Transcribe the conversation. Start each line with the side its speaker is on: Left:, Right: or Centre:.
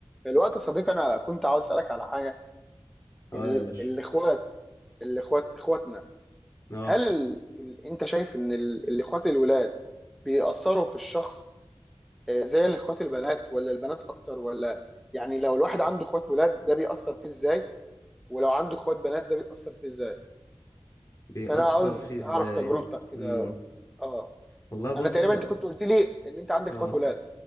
Centre: الوقت يا صديقي انا كنت عاوز اسالك على حاجه
Left: اه
Centre: ال...
Left: يا باشا
Centre: الاخوات الاخوات اخواتنا
Left: اه
Centre: هل ال... ال... انت شايف ان ال... الاخوات الولاد بيأثروا في الشخص آه، زي الاخوات البنات ولا البنات اكتر ولا يعني لو الواحد عنده اخوات ولاد ده بيأثر فيه ازاي ولو عنده اخوات بنات ده بيأثر فيه ازاي
Left: بيأثر
Centre: فانا عاوز
Left: فيه ازاي
Centre: اعرف تجربتك كده
Left: امم
Centre: اه
Left: والله بص
Centre: انا تقريبا انت كنت قلت لي ان انت عندك
Left: اه
Centre: اخوات ولاد